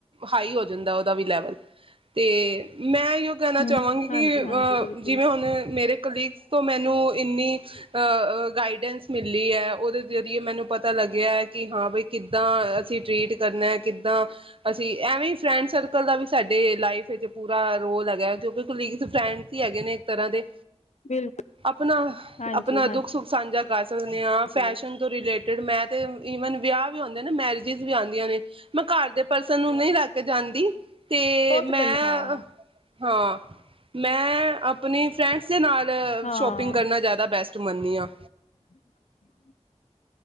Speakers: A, on the right (about 50°); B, on the left (about 75°).
A: ਹਾਈ ਹੋ ਜਾਂਦਾ ਉਹਦਾ ਵੀ ਲੈਵਲ ਤੇ ਮੈਂ ਇਹੀਓ ਕਹਿਣਾ
B: ਹਮ
A: ਚਾਹਵਾਂਗੀ ਕਿ
B: ਹਾਂਜੀ ਹਾਂਜੀ ਬਿਲਕੁਲ
A: ਜਿਵੇਂ ਹੁਣ ਮੇਰੇ ਕਲੀਗਸ ਤੋਂ ਮੈਨੂੰ ਇੰਨੀ ਅ ਅ ਗਾਈਡੈਂਸ ਮਿਲੀ ਹੈ ਉਹਦੇ ਜ਼ਰੀਏ ਮੈਨੂੰ ਪਤਾ ਲੱਗਿਆ ਹੈ ਕਿ ਹਾਂ ਬਈ ਕਿੱਦਾਂ ਅਸੀਂ ਟਰੀਟ ਕਰਨਾ ਕਿੱ ਤਾਂ ਅਸੀਂ ਐਵੇਂ ਫਰੈਂਡ ਸਰਕਲ ਦਾ ਵੀ ਸਾਡੇ ਲਾਈਫ ਵਿੱਚ ਪੂਰਾ ਰੋਲ ਹੈਗਾ ਕਿਉਂਕਿ ਕਲੀਗ ਫਰੈਂਡਸ ਹੀ ਹੈਗੇ ਨੇ ਇੱਕ ਤਰ੍ਹਾਂ ਦੇ
B: ਬਿਲਕੁਲ
A: ਆਪਣਾ
B: ਹਾਂਜੀ
A: ਆਪਣਾ ਦੁੱਖ ਸੁੱਖ <inaudible> ਸਕਦੇ ਹਾਂ
B: ਹਾਂਜੀ
A: ਫੈਸ਼ਨ ਤੋਂ ਰਿਲੇਟ ਮੈਂ ਤੇ ਈਵਨ ਵਿਆਹ ਵੀ ਆਉਂਦੇ ਨਾ ਮੈਰਿਜ ਵੀ ਆਉਂਦੀਆਂ ਨੇ ਮੈਂ ਘਰ ਦੇ ਪਰਸਨ ਨੂੰ ਨਹੀਂ ਲੈ ਕੇ ਜਾਂਦੀ ਅਤੇ
B: ਬਹੁਤ
A: ਮੈਂ
B: ਗੱਲਾਂ ਹਾਂ
A: ਹਾਂ ਮੈਂ ਆਪਣੀ ਫਰੈਂਡਸ ਦੇ ਨਾਲ
B: ਹਾਂ
A: ਸ਼ੋਪਿੰਗ ਕਰਨਾ ਜ਼ਿਆਦਾ ਬੈਸਟ ਮੰਨਦੀ ਹਾਂ
B: <unintelligible>